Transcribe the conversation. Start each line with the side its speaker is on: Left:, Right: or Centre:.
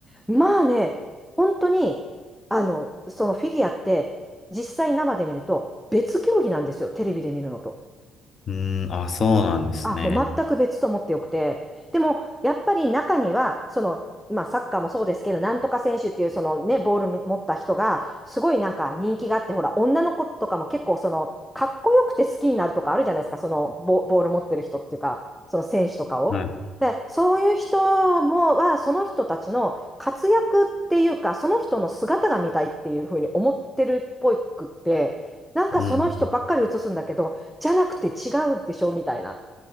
Centre: まあね、本当に、あの、そのフィギュアって、実際生で見ると別競技なんですよ、テレビで見るのと。
Left: うん、あ、そうなんですね。
Centre: あ、もう全く別と思ってよくて。でも、やっぱり中には、その、まあ、サッカーもそうですけど、なんとか選手っていう、そのね、ボール持った人が、すごいなんか人気があって、ほら、女の子とかも結構、その、かっこよくて好きになるとかあるじゃないですか、そのボ、ボール持ってる人っていうか、その選手とかを。
Left: はい。
Centre: で、そういう人も、は、その人たちの活躍っていうか、その人の姿が見たいっていうふうに思ってるっぽくって、なんかその人ばっかり映すんだけど、
Left: うん、
Centre: じゃなくて違うでしょみたいな。